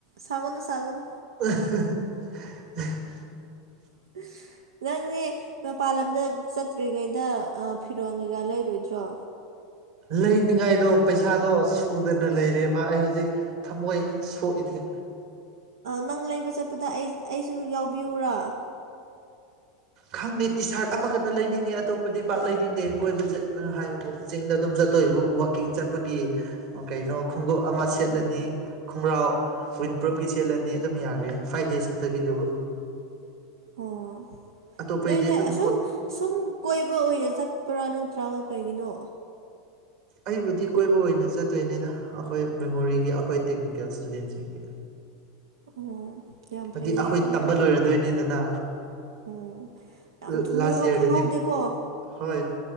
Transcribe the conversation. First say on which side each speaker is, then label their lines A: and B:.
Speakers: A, on the right (about 90°); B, on the right (about 60°).
A: ꯁꯥꯎꯒꯅꯨ ꯁꯥꯎꯒꯅꯨ
B: <unintelligible>
A: <inaudible> ꯅꯪꯅꯦ ꯃꯄꯥꯟ ꯂꯝꯗ ꯆꯠꯇ꯭ꯔꯤꯉꯩꯗ ꯑꯥ ꯐꯤꯔꯣꯟꯜ ꯀꯩꯀꯥ ꯂꯩꯔꯣꯏꯗ꯭ꯔꯣ
B: ꯂꯩꯅꯤꯡꯉꯥꯏꯗꯣ ꯄꯩꯁꯥꯗꯣ ꯁꯨꯗꯅ ꯂꯩꯔꯦꯕ ꯑꯩ ꯍꯧꯖꯤꯛ ꯊꯃꯣꯏ ꯁꯣꯛꯏꯅꯦ
A: ꯅꯪ ꯂꯩꯕ ꯆꯠꯄꯗ ꯑꯩ ꯑꯩꯁꯨ ꯌꯥꯎꯕꯤꯌꯨꯔꯥ
B: ꯈꯪꯗꯦ ꯇꯤ ꯁꯥꯔꯠ ꯑꯃꯈꯛꯇ ꯂꯩꯅꯤꯡꯉꯦ ꯑꯇꯣꯞꯄꯗꯤ ꯄꯥꯛ ꯂꯩꯅꯤꯡꯗꯦ ꯀꯣꯏꯕ ꯆꯠꯄꯅꯣ ꯍꯥꯏꯕꯕꯨ ꯆꯤꯡꯗ ꯑꯗꯨꯝ ꯆꯠꯇꯣꯏ ꯋꯥꯛꯀꯤꯡ ꯆꯠꯄꯒꯤ ꯀꯩꯅꯣ ꯈꯣꯡꯎꯞ ꯑꯃ ꯁꯦꯠꯂꯅꯤ ꯈꯣꯡꯒ꯭ꯔꯥꯎ ꯋꯤꯟ ꯄ꯭ꯔꯣꯞꯄꯤ ꯆꯦꯜꯂꯅꯤ ꯑꯗꯨꯝ ꯌꯥꯔꯦ ꯐꯥꯏꯚ ꯗꯦꯖ ꯈꯛꯇꯒꯤ ꯑꯗꯨꯕꯨ
A: ꯑꯣ
B: ꯑꯇꯣꯞꯄꯩꯗꯤ
A: ꯅꯣꯏꯁꯦ
B: ꯑꯗꯨꯝ
A: ꯑꯁꯨꯝ
B: ꯀꯣꯠ
A: ꯁꯨꯝ ꯀꯣꯏꯕ ꯑꯣꯏꯅ ꯆꯠꯄ꯭ꯔꯥ ꯅꯠꯇ꯭ꯔꯒ ꯀꯩꯒꯤꯅꯣ
B: ꯑꯩꯕꯨꯗꯤ ꯀꯣꯏꯕ ꯑꯣꯏꯅ ꯆꯠꯇꯣꯏꯅꯤꯗ ꯑꯩꯈꯣꯏ ꯃꯦꯃꯣꯔꯤꯒꯤ ꯑꯩꯈꯣꯏ ꯇꯦꯛꯅꯤꯀꯦꯜ ꯏꯁꯇꯨꯗꯦꯟꯁꯤꯡꯒꯤ
A: ꯑꯣ ꯌꯥꯝ
B: ꯍꯥꯏꯗꯤ
A: ꯐꯩꯌꯦꯀꯣ
B: ꯑꯩꯈꯣꯏ ꯇꯝꯕ
A: ꯑꯗꯨꯗꯤ
B: ꯂꯣꯏꯔꯗꯣꯏꯅꯤꯗꯅ
A: ꯎꯝ ꯌꯥꯝ
B: ꯂꯥꯁ
A: ꯊꯨꯑꯦꯕ
B: ꯌꯥꯔꯗꯗꯤ
A: ꯈꯪꯍꯧꯗꯦꯀꯣ
B: ꯍꯣꯏ